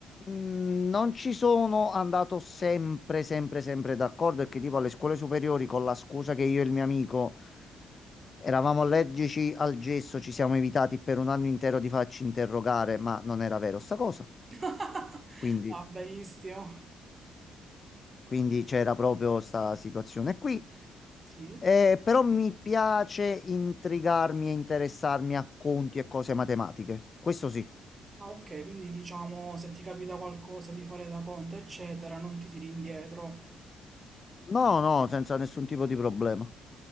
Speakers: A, on the left; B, on the right.
A: Mm, Non ci sono andato sempre, sempre, sempre d'accordo, è che tipo alle scuole superiori con la scusa che io e il mio amico eravamo allergici al gesso, ci siamo evitati per un anno intero di farci interrogare, ma non era vero sta cosa.
B: <laughs>
A: Quindi,
B: Ah, benissimo.
A: quindi c'era proprio questa situazione qui.
B: Sì.
A: Eh, però mi piace intrigarmi e interessarmi a conti e cose matematiche. Questo sì.
B: Ah, ok, quindi diciamo se ti capita qualcosa di fare da conto, eccetera, non ti tiri indietro.
A: No, no, senza nessun tipo di problema.